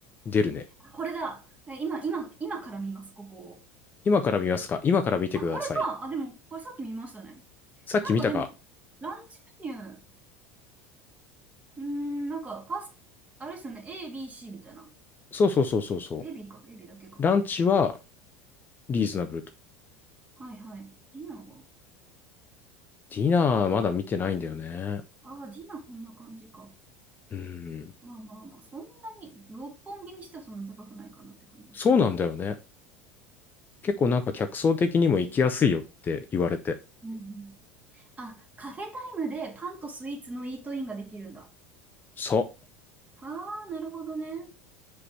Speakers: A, on the left; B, on the right.
A: 出るね。
B: あこれだ。え今、今、今から見ます、ここを。
A: 今から見ますか今から見てください。
B: あ、これか。あ、でも、これさっき見ましたね。
A: さっき見たか
B: なんかでも、ランチメニュー、うーん、なんか、パス、あれですよね、A、B、C みたいな。
A: そうそうそうそうそう。
B: A、B か、A、B だけか。
A: ランチはリーズナブルと。
B: はいはい。ディナーは
A: ディナーまだ見てないんだよね。
B: ああー、ディナーこんな感じか。
A: うん。
B: まあまあまあ、そんなに、六本木にしてはそんな高くないかなって感じですね。
A: そうなんだよね。結構なんか客層的にも行きやすいよって言われて。
B: うんうん。あ、カフェタイムでパンとスイーツのイートインができるんだ。
A: そう。
B: ああ、なるほどね。